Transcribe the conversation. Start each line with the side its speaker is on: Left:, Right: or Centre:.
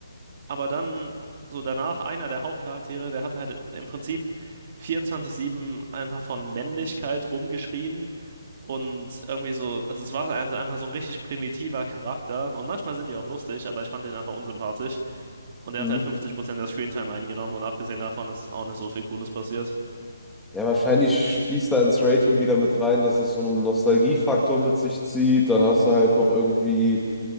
Right: aber dann so danach einer der Hauptcharaktere, der hat halt im Prinzip 24-7 einfach von Männlichkeit rumgeschrien und irgendwie so, also es war ein- einfach so ein richtig primitiver Charakter und manchmal sind die auch lustig, aber ich fand den einfach unsympathisch. Und er
Centre: Hm.
Right: hat halt 50% der Screentime eingenommen und abgesehen davon ist auch nicht so viel Cooles passiert.
Centre: Ja, wahrscheinlich fließt da ins Rating wieder mit rein, dass das so einen Nostalgiefaktor mit sich zieht. Dann hast du halt noch irgendwie.